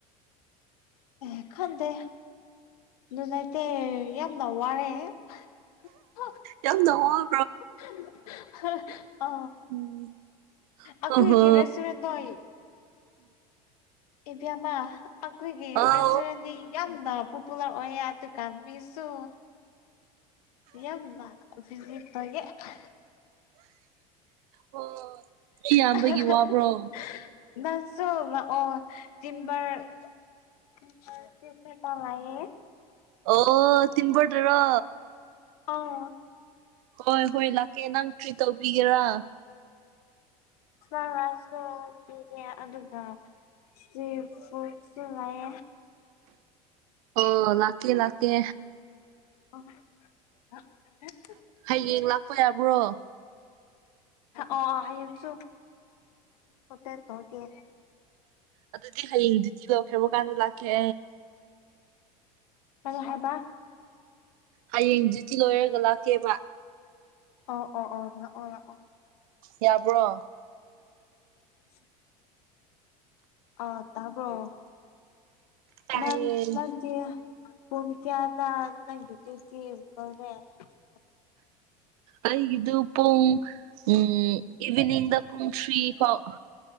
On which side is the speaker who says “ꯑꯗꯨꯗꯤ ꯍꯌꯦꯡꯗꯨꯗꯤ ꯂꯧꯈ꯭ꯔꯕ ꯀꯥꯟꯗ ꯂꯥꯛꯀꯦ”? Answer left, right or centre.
Right